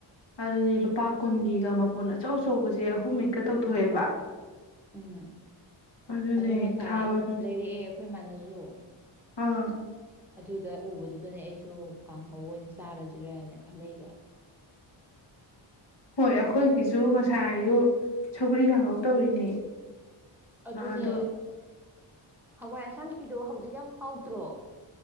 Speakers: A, on the left; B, in the centre.
A: ꯑꯗꯨꯅꯦ ꯂꯨꯄꯥ ꯀꯨꯟꯒꯤꯒ ꯃꯄꯨꯟ ꯑꯆꯧ ꯑꯆꯧꯕꯁꯦ ꯑꯍꯨꯝ ꯍꯛꯀ ꯇꯧꯊꯣꯛꯑꯦꯕ
B: ꯎꯝ
A: ꯑꯗꯨꯅꯦ
B: ꯑꯗꯣ ꯉꯁꯥꯏ
A: ꯊꯥꯕ
B: ꯂꯩꯔꯛꯑꯦ ꯑꯩꯈꯣꯏ ꯃꯥꯟꯅꯖ
A: ꯑꯥ
B: ꯑꯗꯨꯗ ꯎꯕꯗꯨꯗꯅꯦ ꯑꯩꯁꯨ ꯀꯥꯡꯍꯧ ꯑꯣꯏꯅ ꯆꯥꯔꯁꯤꯔ ꯍꯥꯏꯅ ꯈꯜꯂꯛꯕ
A: ꯍꯣꯏ ꯑꯩꯈꯣꯏꯒꯤꯁꯨ ꯉꯁꯥꯏ ꯑꯌꯨ ꯁꯧꯒꯔꯤ ꯀꯥꯡꯉꯧ ꯇꯧꯔꯤꯅꯦ
B: ꯑꯗꯨꯅꯦ
A: ꯑꯗꯣ
B: ꯍꯋꯥꯏ ꯁꯪ ꯄꯤꯗꯣꯑꯣ ꯍꯧꯖꯤꯛ ꯌꯥꯝ ꯍꯥꯎꯗ꯭ꯔꯣ